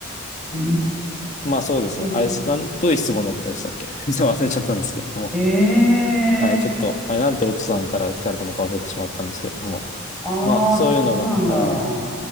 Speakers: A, in the centre; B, on the left (about 35°).
A: うー
B: まあそうですね、あれ、
A: ん。
B: なん、どういう質問だったでしたっけ <laughs> すいません忘れちゃったんですけれども。
A: ええ
B: はい、ちょっと、はい、なんてオッチさんから聞かれたのか忘れてしまったんですけれども、
A: ああ、
B: まあ、そういうのが、
A: そうなんだ。
B: はい、
A: う